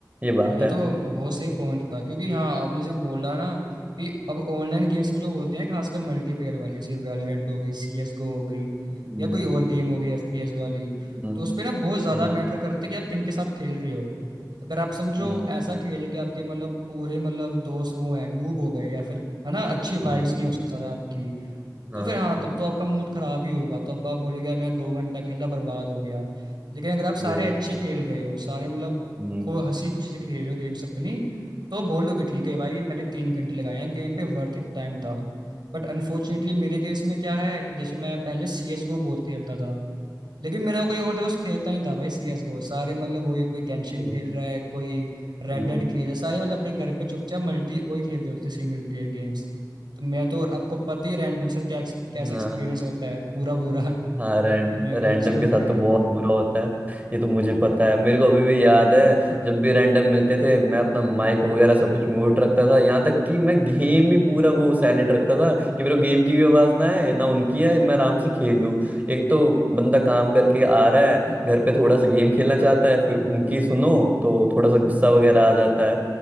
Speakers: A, on the right; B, on the right.
A: ये बात
B: ये
A: है
B: तो बहुत सही पॉइंट था क्योंकि हाँ आपने जैसे बोला ना कि अब ऑनलाइन गेम्स में जो होते हैं खासकर मल्टीप्लेयर वाली जैसे वैलोरेंट हो गई सी एस गो हो गई
A: हम्म
B: या कोई और गेम हो गई एफ पी एस वाली
A: हम्म
B: तो उस पे ना बहुत ज़्यादा
A: हम्म
B: मैटर करते हैं कि आप किन के साथ खेल रहे हो अगर आप समझो
A: हम्म
B: ऐसा खेलो कि आपके मतलब पूरे मतलब दोस्त वो हैं नूब हो गए या फिर है ना अच्छी
A: हम्म,
B: वाइब्स नहीं है उसके साथ आपकी
A: हाँ
B: तो फिर हाँ तब तो आपका मूड खराब ही होगा तो अब आप बोलोगे यार मैंने दो घंटा खेला बर्बाद हो गया लेकिन अगर आप सारे
A: सही
B: अच्छे
A: बात
B: खेल रहे हो सारे मतलब
A: हम्म
B: खो हंसी खुशी से खेल रहे हो गेम्स अपनी तो बोलोगे ठीक है भाई मैंने तीन घंटे लगाए हैं गेम पे वर्थ इट टाइम था बट अनफॉर्चुनेटली मेरे केस में क्या है कि जैसे मैं पहले सी एस गो बहुत खेलता था लेकिन मेरा कोई और दोस्त खेलता नहीं था भाई सीएस गो सारे मतलब वही कोई गेंशिन
A: हम्म,
B: खेल रहा है कोई रेड
A: हम्म,
B: डेड खेल रहा है सारे मतलब अपने घर पे चुपचाप मल्टी वही खेलते होते थे सिंगल प्लेयर गेम्स तो मैं तो आपको पता ही रैंडम से क्या कैसा
A: हम्म,
B: एक्सपीरियंस होता है पूरा बुरा
A: हाँ रैंड
B: तो मेरे को
A: रैंडम
B: अच्छी नहीं
A: के
B: लगती
A: साथ
B: थी
A: तो बहुत बुरा होता है ये तो मुझे पता है मेरे को अभी भी याद है जब भी रैंडम मिलते थे मैं अपना माइक वगैरह सब कुछ म्यूट रखता था यहाँ तक कि मैं गेम ही पूरा वो साइलेंट रखता था कि मेरे को गेम की भी आवाज़ ना आए ना उनकी आए मैं आराम से खेल लूँ एक तो बंदा काम करके आ रहा है घर पे थोड़ा सा गेम खेलना चाहता है फिर उनकी सुनो तो थोड़ा सा गुस्सा वगैरह आ जाता